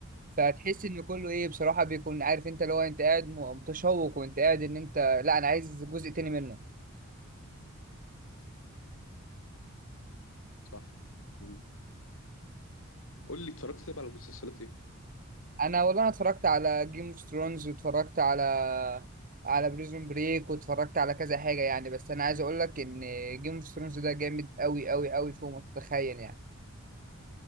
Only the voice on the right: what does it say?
فتحس ان كله ايه بصراحة بيكون عارف انت اللي هو انت قاعد م- متشوق وانت قاعد ان انت لا انا عايز جزء تاني منه
انا والله انا اتفرجت على جيم اوف ثرونز واتفرجت على على بريزون بريك واتفرجت على كذا حاجة يعني بس انا عايز اقول لك ان جيم اوف ثرونز ده جامد قوي قوي قوي فوق ما تتخيل يعني